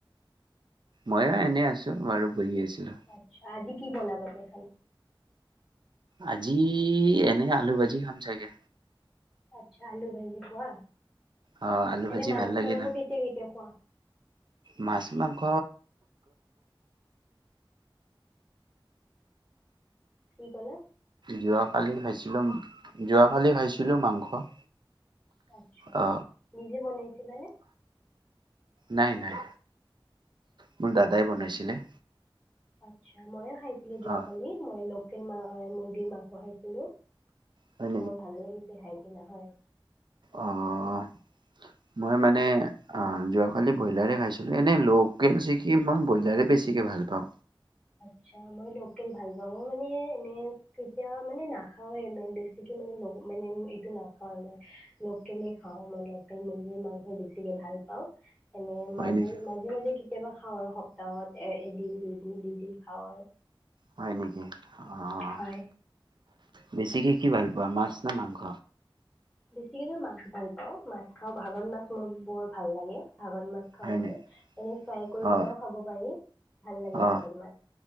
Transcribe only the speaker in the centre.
আচ্ছা, আজি কি বনাবা কেখন।
আচ্ছা, আলু ভাজি খোৱা,
এনে
মাছ
মাংস
কেতিয়া কেতিয়া খোৱা?
কি কলে?
আচ্ছা,
নিজে বনাইছিলে নে?
আচ্ছা ময়ো খাইছিলো যোৱাকালি,
মই লোকেল মা মুৰ্গীৰ মাংস খাইছিলো।
বৰ ভাল লাগিছে খাই কিনে হয়।
আচ্ছা, মই লোকেল ভাল পাওঁ, মই মানে এনে তেতিয়া মানে নাখাওৱে বেছিকে মানে মানে এইটো নাখাও। লোকেলে খাওঁ, মই লোকেল মুৰ্গীৰ মাংস বেছিকে ভাল পাওঁ। এনে
মাজে
মাজে মাজে কেতিয়াবা খাওঁ, সপ্তাহত এ এদিন দুইদিন দু। দিন খাওঁ।
হয়
বেছিকে মই মাছ ভাল পাওঁ, মাছ খাওঁ ভাঙোন মাছ মোৰ বৰ ভাল লাগে, ভাঙোন মাছ। খাওঁ
মই,
এনে ফ্ৰাই কৰি
কিনেও খাব পাৰি, ভাল লাগে
ভাঙোন মাছ।